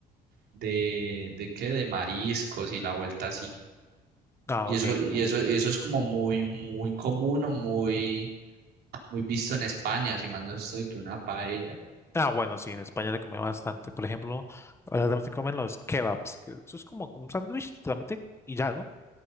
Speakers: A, on the right; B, on the left.
A: de, de qué, de mariscos y la vuelta así.
B: Ah,
A: Y
B: ok,
A: eso, y
B: no.
A: eso, y eso es como muy, muy común o muy, muy visto en España, si más no estoy que una paella.
B: Ah, bueno, sí, en España se come bastante. Por ejemplo, ahora también se comen los kebabs. que Eso es como un sándwich, literalmente, y ya, ¿no?